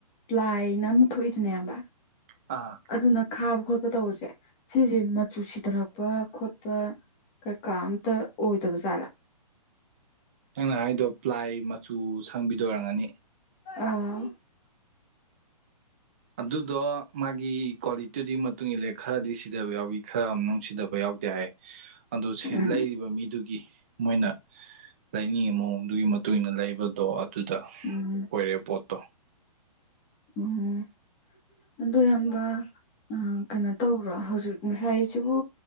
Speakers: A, on the left (about 20°); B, on the right (about 20°).
A: ꯄ꯭ꯂꯥꯏꯅ ꯑꯃꯨꯛ ꯊꯣꯛꯏꯗꯅꯦꯕ
B: ꯑꯥ
A: ꯑꯗꯨꯅ ꯈꯥꯕ ꯈꯣꯠꯄ ꯇꯧꯕꯁꯦ ꯁꯤꯁꯦ ꯃꯆꯨ ꯁꯤꯊꯔꯛꯄ ꯈꯣꯠꯄ ꯀꯩ ꯀꯥ ꯑꯃꯝꯇ ꯑꯣꯏꯗꯕ ꯖꯥꯠꯂꯥ
B: ꯅꯪꯅ ꯍꯥꯏꯗꯣ ꯄ꯭ꯂꯥꯏ ꯃꯆꯨ ꯁꯪꯕꯤꯗ‌ꯣ ꯑ‌‌ꯣꯏꯔꯝꯒꯅꯤ
A: ꯑꯥ
B: ꯑꯗꯨꯗꯣ ꯃꯥꯒꯤ ꯀ꯭ꯋꯥꯂꯤꯇꯤꯗꯨꯏ ꯃꯇꯨꯡ ꯏꯜꯂꯦ ꯈꯔꯗꯤ ꯁꯤꯗꯕ ꯌꯥꯎꯏ ꯈꯔ ꯑꯃ ꯁꯤꯗꯕ ꯌꯥꯎꯗꯦ ꯍꯥꯏ
A: <inaudible>
B: ꯑꯗꯨ ꯁꯦꯟ
A: ꯎꯝ
B: ꯂꯩꯔꯤꯕ ꯃꯤꯗꯨꯒꯤ ꯃꯣꯏꯅ ꯂꯥꯏꯅꯤꯡ ꯃꯑꯣꯡꯗꯨꯒꯤ ꯃꯇꯨꯡ ꯏꯟꯅ ꯂꯩꯕꯗꯣ ꯑꯗꯨꯗ
A: ꯎꯝ
B: ꯑꯣꯏꯔꯦ ꯄꯣꯠꯇꯣ
A: ꯎꯝ ꯑꯗ‌‌ꯣ ꯌꯥꯝꯕ ꯑ ꯀꯩꯅꯣ ꯇꯧꯕ꯭ꯔꯣ ꯍꯧꯖꯤꯛ ꯉꯁꯥꯏꯁꯤꯕꯨ